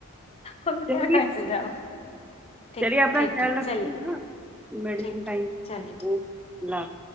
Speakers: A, on the left (about 25°); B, in the centre.
A: ہم
B: چلیے
A: کیا کیسے جاؤ ٹھیک
B: چلیے اپنا
A: ٹھیک
B: خیال
A: ٹھیک
B: رکھناا
A: چلیے
B: میڈیسائ
A: ٹھیک ٹھیک
B: اوکے
A: چلیے ٹھیک
B: اللہ حافظ